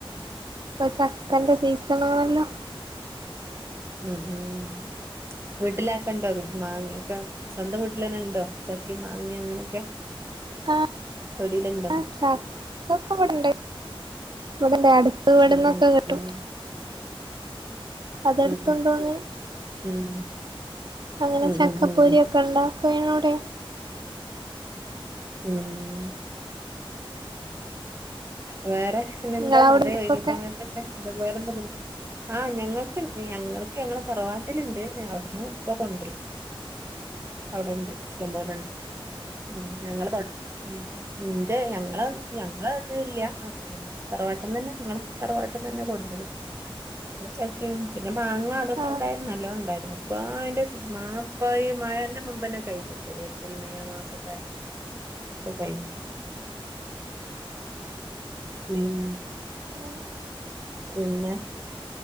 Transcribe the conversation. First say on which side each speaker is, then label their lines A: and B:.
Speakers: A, on the right; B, on the right.
A: ഇപ്പൊ ചക്കന്റെ സീസണാണല്ലോ
B: ഉം ഉം വീട്ടിലക്കണ്ടോ മാങ്ങ ഒക്കെ സ്വന്തം വീട്ടിലന്നെ ഉണ്ടോ ചക്ക മാങ്ങ അങ്ങനെയൊക്കെ
A: ആ
B: തൊടിയിലുണ്ടോ
A: ആഹ് ചക്കൊക്കെ ഇവിടുണ്ട് ഇവിടണ്ട് അടുത്ത് ഇവിടുന്നൊക്കെ
B: ഉം ഉം
A: കിട്ടും അതെടുത്തുണ്ടോണ്ട്
B: ഉം ഉം
A: വന്ന്
B: ഉം
A: അങ്ങനെ
B: ഉം
A: ചക്കപ്പൊരി
B: ഉം ഉം
A: ഒക്കെ ഉണ്ട <unintelligible>
B: ഉം വേറെ പിന്നെന്താ
A: നിങ്ങളവിടക്കൊക്കെ
B: എന്തേ ഒഴിവ് സമയത്തൊക്കെ വേറെന്ത പരി ആഹ് ഞങ്ങൾക്ക് ഞങ്ങൾക്ക് ഞങ്ങളെ തറവാട്ടിലുണ്ട് അവിടുന്ന് ഇപ്പൊ കൊണ്ടുവരും അവിടെണ്ട് ഇഷ്ടംപോലുണ്ട് ഉം ഞങ്ങള് തൊ ഉം ഇന്റെ ഞങ്ങള് ഞങ്ങള് ല്ല തറവാട്ടീന്ന് തന്നെ ഞങ്ങള് തറവാട്ടീന്ന് തന്നെ കൊണ്ടുവരും അത് ചക്കയും പിന്നെ മാങ്ങ അതൊക്കെ
A: ആഹ്
B: ഉണ്ടായിരുന്നു നല്ല ഉണ്ടായിരുന്നു ഇപ്പൊ അതിന്റെ മാങ്ങ ഈ മഴേന്റെ മുമ്പനെ കഴിഞ്ഞിട്ടോ ഏപ്രിൽ മെയ് ആ മാസക്കാലത്ത് ഒക്കെ കഴിഞ്ഞു ഉം
A: ങ്ങനെ
B: പിന്നെ